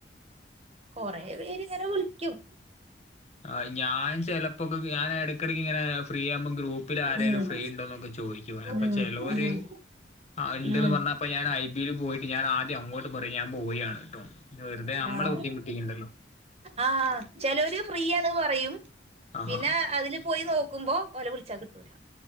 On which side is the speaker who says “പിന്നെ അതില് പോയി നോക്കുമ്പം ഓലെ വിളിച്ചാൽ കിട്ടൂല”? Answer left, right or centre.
Right